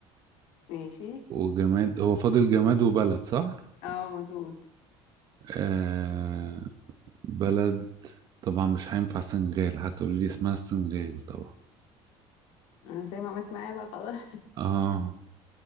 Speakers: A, on the left; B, on the right.
A: ماشي
B: وجماد هو فاضل جماد وبلد صح؟
A: اه مظبوط
B: آه بلد طبعا مش هينفع سنغال هتقولي لي اسمها السنغال طبعا
A: انا زي ما عملت معايا بقى خلاص
B: اه